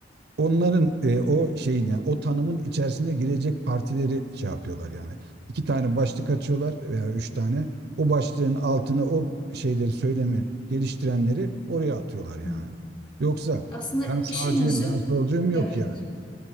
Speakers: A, on the right; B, on the left.
A: Onların e, o şeyin yani o tanımın içerisine girecek partileri şey yapıyorlar yani. İki tane başlık açıyorlar veya üç tane. O başlığın altına o şeyleri söylemi geliştirenleri oraya atıyorlar yani.
B: hı,
A: Yoksa
B: Aslında
A: ben sağcıyım,
B: işin özü
A: ben solcuyum yok
B: evet.
A: yani.